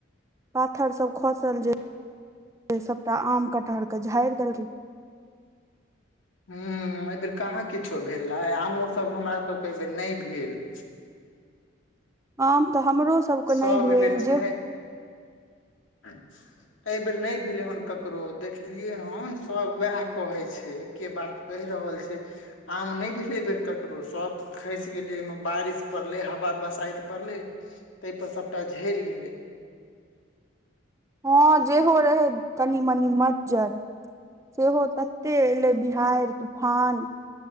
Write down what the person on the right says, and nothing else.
पाथर सब खसल जे से सबटा आम कटहर के झाड़ि देलै
आम तऽ हमरो सबके
नहि भेल
जे
हँ जेहो रहै तनी मनी मज्जर सेहो तते एलै बिहार तूफान